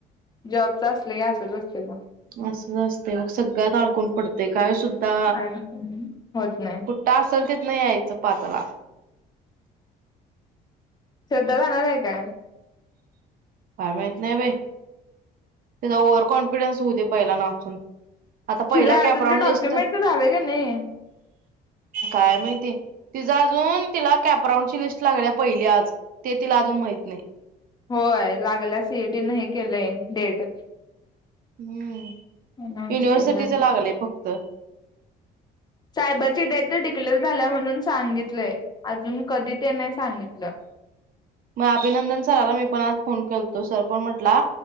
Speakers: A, on the left (about 25°); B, on the right (about 55°).
A: जॉबचं असलं की असंच असतंय बघ.
B: असंच असतंय बघ, सगळ्यात अडकून पडतंय. कायसुद्धा
A: ऍडमिशन होत नाही
B: कुट्ट असल ते नं यायचं पातला.
A: श्रद्धा जाणार आहे काय?
B: काय माहित नाही बाई, तिचा ओव्हर कॉन्फिडन्स होऊदे पहिला नाचून. आता पहिल्या
A: तिझं अजून
B: कॅपराऊंड
A: ते डॉक्युमेंटच
B: लिस्टचं?
A: झालंय का नाही
B: काय माहिती. तीज अजून तिला कॅपराऊंडची लिस्ट लागल्या पहिली आज, ते तिला अजून माहित नाही.
A: होय लागल्या, सी ई टीनं हे केलंय डेट.
B: हम्म
A: अनाऊन्स
B: युनिव्हर्सिटीचं
A: केला
B: लागलंय फक् त.
A: सायबरची डेट तर डिक्लेअर झाल्या म्हणून सांगितलंय, अजून कधी ते नाही सांगितलं
B: मग अभिनंदन सराला मी पण आज फोन केलं तो सर पण म्हटला